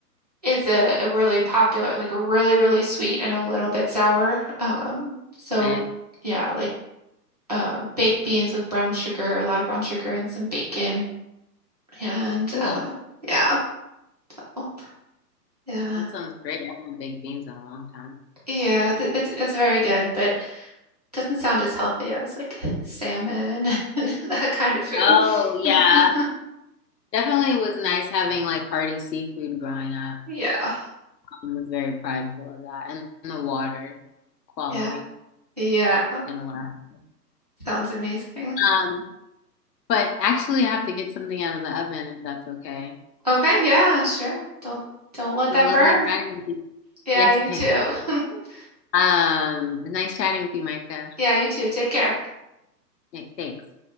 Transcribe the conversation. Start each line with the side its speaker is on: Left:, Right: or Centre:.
Right: It's a, a really popular, like really, really sweet and a little bit sour. Um, so
Left: Okay,
Right: yeah, like uh, baked beans with brown sugar, a lot of brown sugar and some bacon, and
Left: cool.
Right: uh, yeah, Oh, yeah,
Left: That sounds great. I haven't baked beans in a long time.
Right: yeah. th- It's it's very good, but doesn't sound as healthy as like salmon <laughs> and that kind of food.
Left: Oh, yeah.
Right: <laughs>
Left: Definitely was nice having like hearty seafood growing up.
Right: Yeah,
Left: I was very prideful of that and the water quality
Right: yeah, yeah.
Left: in Alaska.
Right: Sounds amazing.
Left: Um, but actually, I have to get something out of the oven if that's okay.
Right: Okay, yeah, sure. Don't don't let
Left: It
Right: that
Left: was lovely
Right: burn.
Left: chatting with you.
Right: Yeah,
Left: Yes,
Right: you
Left: thanks.
Right: too. <laughs>
Left: Um, nice chatting with you, Micah.
Right: Yeah, you too. Take care.
Left: Yeah, Thanks.